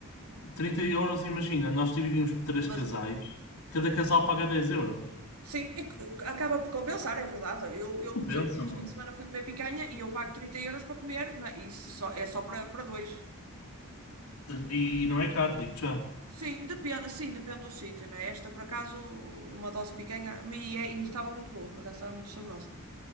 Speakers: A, on the left (about 80°); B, on the right (about 80°).
A: Trinta euros, imagina, nós dividimos por três
B: Mas
A: casais, cada casal paga 10 euros.
B: sim, e c- acaba por compensar, é verdade. Eu, eu,
A: Compensa
B: por exemplo, este
A: muito.
B: fim de semana fui comer picanha e eu pago 30 euros para comer, não é? E Isso só, é só para para dois.
A: E, e não é caro, digo já.
B: Sim, depende, sim, depende do sítio, né? Esta, por acaso, uma dose de picanha, e, é- e estava muito boa, por acaso estava muito saborosa.